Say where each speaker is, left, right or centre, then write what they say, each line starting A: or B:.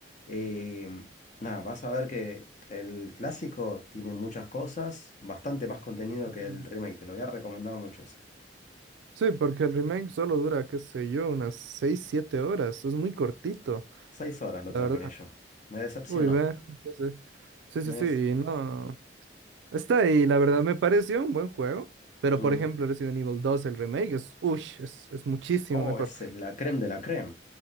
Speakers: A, on the left; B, on the right.
A: Eh, nada, vas a ver que el clásico tiene muchas cosas, bastante más contenido
B: mm,
A: que el remake, te lo voy a recomendar mucho. Es
B: sí, porque el remake solo dura, qué sé yo, unas 6 7 horas. Es muy cortito,
A: seis horas lo
B: la
A: terminé
B: verdad.
A: yo. Me decepcionó.
B: Uy, ve. Sí, sí. Sí, sí,
A: Me
B: sí,
A: des-
B: y no. Está ahí, la verdad, me pareció un buen juego. Pero,
A: Ujú.
B: por ejemplo, Resident Evil dos el remake, es, uy, es, es muchísimo
A: Oh,
B: mejor.
A: esa es la creme de la creme.